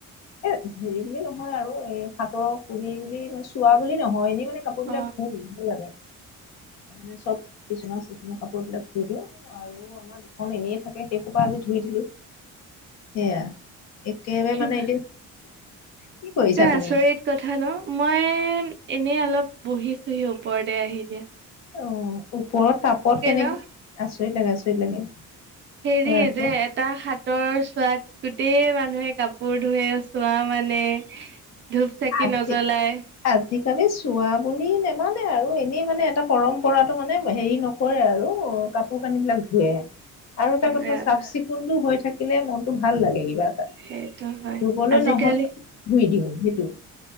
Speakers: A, on the left; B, on the right.
A: এ হেৰি বুলি নহয় আৰু, এই হাতৰ পুলি বুলি মানে চোৱা বুলি নহয়। এনে মানে- কাপোৰবিলাক
B: অ
A: ধুম, ভাল লাগে মানে চব বিছনা- কাপোৰবিলাক ধুই দিওঁ। আৰু আমাৰ দুখন এনেই থাকে সেইসোপা আজি ধুই দিলো। সেয়া। একেবাৰে
B: কিবা
A: মানে এতিয়া কি কৰিছা
B: আচৰিত
A: তুমি
B: কথা ন? মই এনেই অলপ বহিছোহি ওপৰতে আহি এতিয়া।
A: অ' ওপৰত তাপত কেনেকে,
B: ন
A: আচৰিত লাগে আচৰিত লাগে।
B: হেৰি
A: হয় আকৌ
B: যে এটা সাতৰ চোৱাত গোটেই মানুহে কাপোৰ ধুৱে, চোৱা মানে, ধূপ চাকি
A: আজি
B: নজ্বলাই।
A: আজিকালি চোৱা বুলি নেমানে আৰু, এনেই মানে এটা পৰম্পৰা মানে হেৰি নকৰে আৰু! কাপোৰ-কানিবিলাক ধুৱে, আৰু এটা
B: উম
A: কথা
B: এ
A: চাফ-চিকুণটো হৈ থাকিলে মনটো ভাল লাগে কিন্তু। কিবা এটা।
B: সেইটো হয়
A: ধুবলৈ
B: আজিকালি
A: নহ'লে ধুই দিওঁ সেইটো।